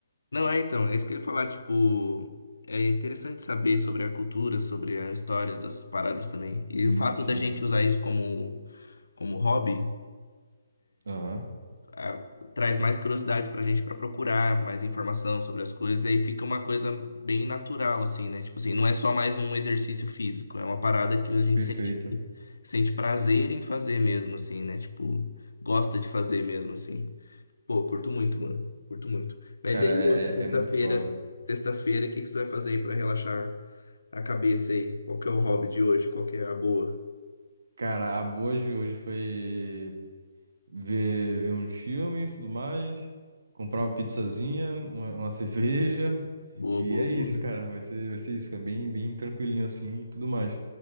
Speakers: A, on the left; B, on the right.
A: Não, é então, é isso que eu ia falar, tipo, é interessante saber sobre a cultura, sobre a história das paradas também. E
B: Sim,
A: o fato
B: sim.
A: da gente usar isso como, como hobby,
B: Aham,
A: ah, traz mais curiosidade pra gente pra procurar mais informação sobre as coisas, e aí fica uma coisa bem natural, assim, né? Tipo assim, não é só mais um exercício físico, é uma parada que a gente
B: perfeito.
A: sente, sente prazer em fazer mesmo, assim, né? Tipo, gosta de fazer mesmo, assim. Pô, curto muito, mano. Curto muito. Mas
B: Cara,
A: aí,
B: é,
A: hoje, sexta-feira,
B: é é muito foda.
A: sexta-feira, o que que você vai fazer aí pra relaxar a cabeça aí? Qual que é o hobby de hoje? Qual que é a boa?
B: Cara, a boa de hoje foi ver, ver uns filmes e tudo mais, comprar uma pizzazinha, uma, uma <laughs> cerveja.
A: Boa,
B: E
A: boa,
B: é isso,
A: boa.
B: cara. Vai ser, vai ser isso. Fica bem, bem tranquilinho assim e tudo mais.